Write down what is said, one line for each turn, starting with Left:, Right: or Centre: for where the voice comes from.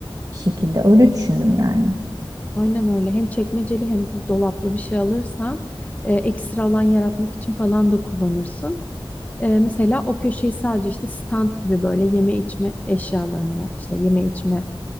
Right: bir şekilde. Öyle düşündüm yani.
Left: Aynen öyle. Hem çekmeceli hem de dolaplı bir şey alırsan e, ekstra alan yaratmak için falan da kullanırsın. E, mesela o köşeyi sadece işte stand gibi böyle yeme içme eşyalarını, işte yeme içme